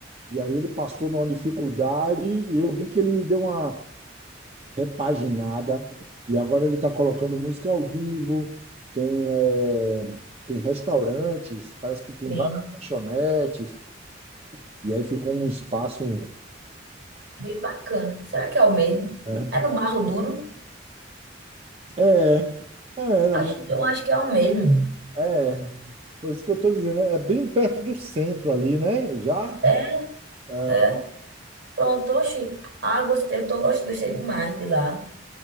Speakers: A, on the right (about 35°); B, on the right (about 70°).
A: E aí ele passou numa dificuldade e eu vi que ele deu uma repaginada, e agora ele está colocando música ao vivo, tem, eh, tem restaurantes, parece que tem
B: Tem.
A: várias lanchonetes, e aí ficou um espaço.
B: Bem bacana. Será que é o mesmo?
A: né?
B: É no Barro Duro?
A: É, é, era
B: Acho,
A: mesmo,
B: eu acho que é o mesmo.
A: é, por isso que eu estou dizendo, é bem perto do centro ali, né? Já?
B: É,
A: É.
B: é. Pronto, oxi. Ah, gostei, tô gostando, gostei demais de lá.